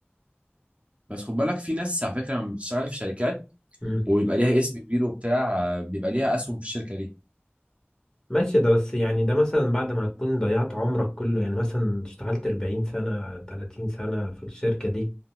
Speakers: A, on the right; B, on the left.
A: بس خد بالك في ناس على فكره لما بتشتغل في شركات
B: مم.
A: وبيبقى ليها اسم كبير وبتاع آه، بيبقى ليها اسهم في الشركه دي
B: ماشي ده بس يعني ده مثلا بعد ما هتكون ضيعت عمرك كله يعني مثلا اشتغلت 40 سنة 30 سنة في الشركة دي